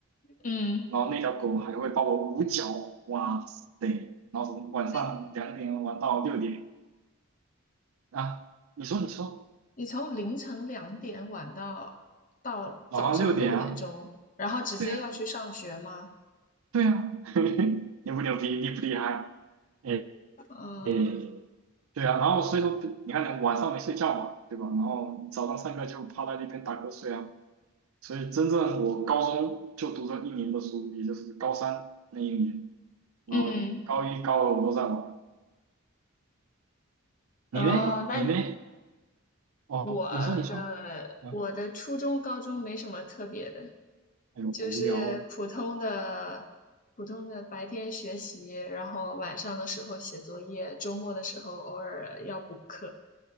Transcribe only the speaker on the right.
然后那条狗还会帮我捂脚，哇塞，然后从晚上两点玩到六点
啊，你说你说，
晚上六点啊，
对啊对啊，<laughs> 牛不牛逼，厉不厉害？哎
哎，对啊，然后所以说你看你晚上没睡觉嘛，对吧？然后早上上课就趴在那边打瞌睡啊。所以真正我高中就读这一年的书，也就是高三那一年，然后高一、
高二我都在玩。你呢？
你呢？哦，
你说你说啊，
哎呦，
好无聊哦